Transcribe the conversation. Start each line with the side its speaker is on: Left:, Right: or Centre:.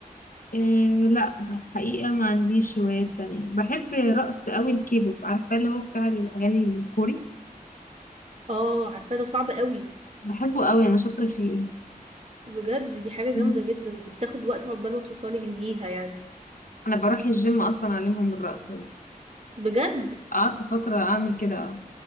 Left: إيه لا الحقيقه ما عنديش هوايات تانية بحب رقص قوي الكيبوب عارفه اللي هو بتاع الاغاني الكوري
Right: اه عارفة ده صعب قوي
Left: بحبه قوي انا شاطره فيه
Right: بجد دي حاجة جامدة
Left: مم.
Right: جدا دي بتاخد وقت عقبال ما توصلي ليها يعني
Left: انا بروح الجيم اصلا اعلمهم الرقص
Right: بجد
Left: قعدت فتره اعمل كده